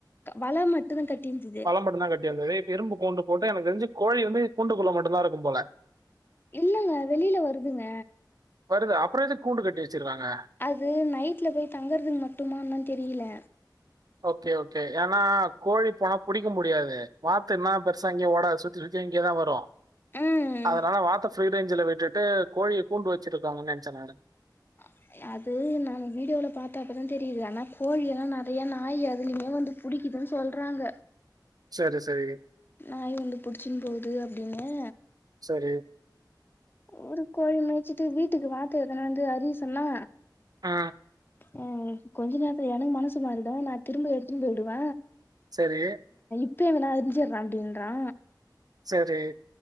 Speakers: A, on the left (about 30°); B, on the right (about 55°).
A: வல மட்டுந்தா கட்டியிருந்தது
B: ண்ண மட்டுதா கட்டி இருந்தது இரும்பு கூண்டு போட்டு எனக்கு தெரிஞ்சு கோழி வந்து கூண்டு குள்ள மட்டுந்தா இருக்கும் போல
A: இல்லங்க வெளியில வருதுங்க
B: வருதா அப்ற எதுக்கு கூண்டு கட்டி வச்சுருக்காங்க
A: அது நைட்ல போய் தங்கறதுக்கு மட்டுமான்னு தெரியல
B: ஓகே ஓகே ஏன்னா கோழி போனா புடிக்க முடியாது வாத்துன்னா பெருசா அங்கே ஓட சுத்தி சுத்தி இங்கேயே தா வரு
A: ம்
B: அதனால வாத்த ஃப்ரீ ரேஞ்ச்ல விட்டுட்டு கோழிய கூண்டு வச்சிருக்காங்கன்ன நெனைச்சே நானு
A: <unintelligible> அது நா வீடியோவில பாத்தாப்பதா தெரியுது ஆனா கோழி எல்லா நெறையா நாய் அதுலயுமே வந்து புடிக்கிதுன் சொல்றாங்க
B: செரி சரி
A: நாய் வந்து புடிச்சின்னு போது அப்டின்னே
B: சரி
A: ஒரு கோழி மேய்சச்சுட்டு வீட்டுக்கு வாத்து எத்தனாந்து அறிய சொன்னா
B: அ
A: அ கொஞ்ச நேரத்துல எனக்கு மனசு மாருதா நா திரும்ப எடுத்துனு போயிடுவ
B: சேரி
A: இப்வே வேணா அறிஞ்சிற அப்டின்றா
B: சேரி